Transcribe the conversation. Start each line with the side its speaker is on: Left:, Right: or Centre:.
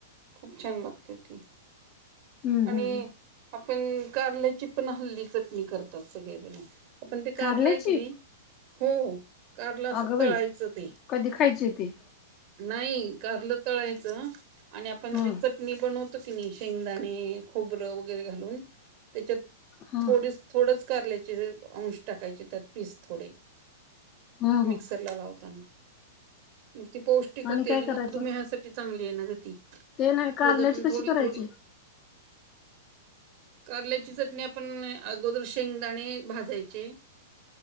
Right: खूप छान लागते ती.
Left: हम्म
Right: आणि
Left: हम्म हम्म
Right: आपण कारल्याची पण हल्ली चटणी करतात सगळेजण. आपण ते कारलय
Left: कारल्याची
Right: की नाही? हो कारलं असं
Left: अगं
Right: तळायचं
Left: बाई
Right: ते
Left: कधी खायची होती?
Right: नाही कारल तळायचं आणि आपण
Left: ह
Right: चटणी नी बनवतो की नाही शेंगदाणे खोबरं वगैरे घालून त्याच्यात
Left: ह
Right: थोडी थोडच कारल्यायचे अंश टाकायचे त्यात पीस थोडे
Left: ह ह
Right: मिक्सर ला लावताना. मग ती पौष्टिक होते
Left: काय
Right: आणि
Left: करायचं
Right: मधुमेहासाठी चांगली आहे ना? ग ती.
Left: ते नाही कारल्याची
Right: रोज आपण
Left: कशी
Right: थोडी
Left: करायची?
Right: थोडी कारल्याची चटणी आपण अगोदर शेंगदाणे भाजायचे.